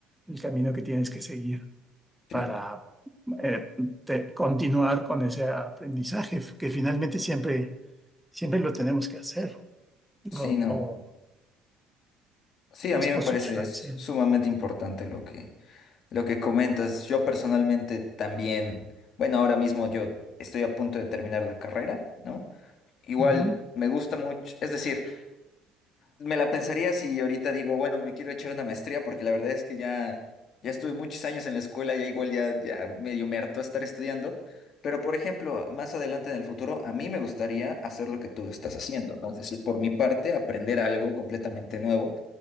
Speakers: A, in the centre; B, on the left.
A: el camino que tienes que seguir
B: sí,
A: para eh, te- continuar con ese aprendizaje, que finalmente siempre, siempre lo tenemos que hacer,
B: sí,
A: o,
B: no.
A: o
B: Sí, a
A: es
B: mí
A: consustancial.
B: me parece es sumamente importante lo que Lo que comentas, yo personalmente también, bueno, ahora mismo yo estoy a punto de terminar la carrera, ¿no? Igual
A: Ujú,
B: me gusta mucho, es decir, me la pensaría si ahorita digo, bueno, me quiero echar una maestría porque la verdad es que ya ya estuve muchos años en la escuela, ya igual ya ya medio me hartó estar estudiando, pero por ejemplo, más adelante en el futuro a mí me gustaría hacer lo que tú estás haciendo, ¿no? Es decir, por mi parte aprender algo completamente nuevo